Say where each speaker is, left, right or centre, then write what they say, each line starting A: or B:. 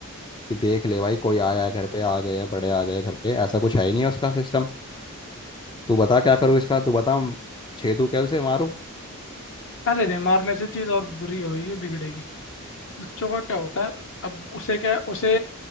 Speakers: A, on the left (about 20°); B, on the left (about 60°).
A: कि देख ले भाई कोई आया है घर पे आ गए हैं बड़े आ गए हैं घर पे ऐसा कुछ है ही नहीं है उसका सिस्टम तू बता क्या करूँ इसका तू बता हम छेदू क्या उसे मारूं
B: अरे नहीं मारने से चीज़ और बुरी होगी बिगड़ेगी बच्चों का क्या होता है अब उसे क्या उसे